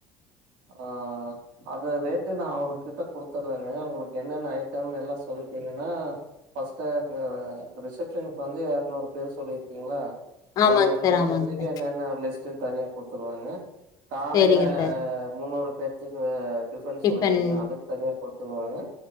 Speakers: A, on the right; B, on the left.
A: ஆஹ அது ரேட்டு நான் அவரு கிட்ட குடுத்துற்றங்க உங்களுக்கு என்னென்ன ஐட்டம் எல்லாம் சொல்லிட்டீங்கன்னா ஃபர்ஸ்ட்டு க ரிசப்ஷனுக்கு வந்து எரநூறு பேர் சொல்லிருக்கீங்களா
B: ஆமாங்க
A: அந்த எரநூறு
B: சார், ஆமாங்க
A: பேத்துக்கு
B: சார்.
A: என்னென்ன லிஸ்ட் த்துன் தனியா குத்துருவாங்க காலைல
B: சரிங்க சார்.
A: முன்னூறு பேர்த்துக்கு டிபன்
B: டிஃபன்
A: சொல்லிருக்கீங்க அதுக் தனியா குடுத் தருவாங்க